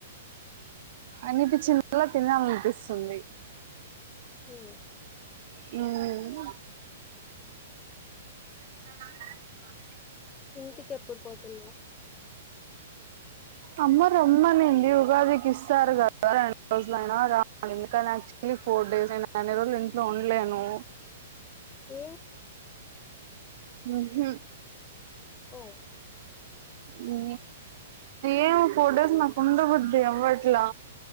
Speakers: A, on the right; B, on the left.
A: అనిపిచ్చిద్ లా తినాలనిపిస్తుంది
B: హు
A: హు మ్ అ
B: ఇంటికి ఎప్పుడు పోతున్నావు
A: అమ్మ రమ్మనింది ఉగాదికి ఇస్తారు కదా రెండు రోజులయినా రా అనింది కానీ యాక్చువలీ ఫోర్ డేస్ నేను అన్ని రోలు ఇంట్లో ఉండలేను
B: ఏ
A: మ్మ్ హు
B: ఓ
A: హు ఏవో ఫోర్ డేస్ నాకు ఉండబుద్ది అవ్వట్లా